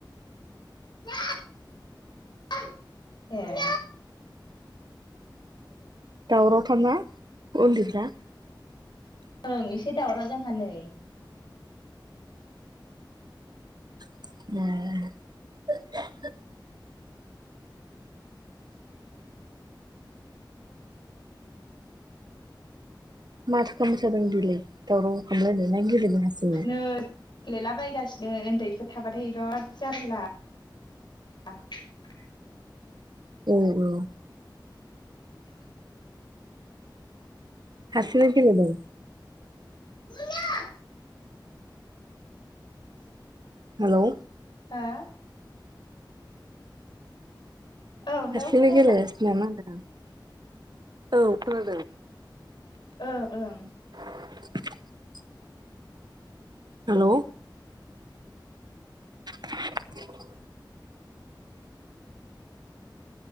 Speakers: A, on the left (about 70°); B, on the right (about 60°).
A: <unintelligible> ए
B: दावराव थारना उन्दैफ्रा?
A: ओं एसे दावराव जोंहा नै।
B: <unintelligible> माथो खालामबाय थादों बिलाय दावराव खामलायनो ना गेलेदों हारसिंनो?
A: नै गेलेलाबायगासिनो ओन्दैफोर थाबाथाय इराद जारला। <unintelligible>
B: उम उम हारसिङै गेलेदों?
A: <unintelligible>
B: हेलौ
A: हो औ हेलौ
B: हारसिंनो
A: खोनायाखै
B: गेलेगासिनो नामा <unintelligible> औ खोनादों।
A: ओं ओं
B: <inaudible> हेलौ <inaudible>